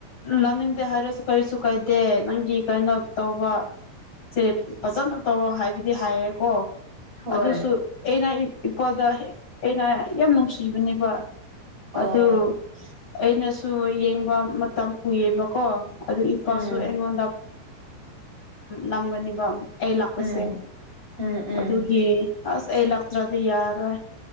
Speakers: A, on the left; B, on the right.
A: ꯂꯥꯅꯤꯡꯗꯦ ꯍꯥꯏꯔꯁꯨ ꯀꯔꯤꯁꯨ ꯀꯥꯏꯗꯦ ꯅꯪꯒꯤ ꯀꯩꯅꯣ ꯇꯧꯕ ꯁꯦ ꯐꯖꯅ ꯇꯧ ꯍꯥꯏꯕꯗꯤ ꯍꯥꯏꯌꯦꯀꯣ
B: ꯍꯣꯏ
A: ꯑꯗꯨꯁꯨ ꯑꯩꯅ ꯏꯄꯣꯗ ꯑꯩꯅ ꯌꯥꯝ ꯅꯨꯡꯁꯤꯕꯅꯦꯕ
B: ꯑꯣ
A: ꯑꯗꯨ ꯑꯩꯅꯁꯨ ꯌꯦꯡꯕ ꯃꯇꯝ ꯀꯨꯏꯌꯦꯕꯀꯣ ꯑꯗꯨ ꯏꯄꯥꯁꯨ
B: ꯎꯝ
A: ꯑꯩꯉꯣꯟꯗꯝ ꯅꯝꯒꯅꯤꯕ ꯑꯩ ꯂꯥꯛꯄꯁꯦ
B: ꯎꯝ ꯎꯝ ꯎꯝ
A: ꯑꯗꯨꯒꯤ ꯑꯁ ꯑꯦ ꯂꯛ ꯇꯔꯥꯗꯤ ꯌꯥꯔ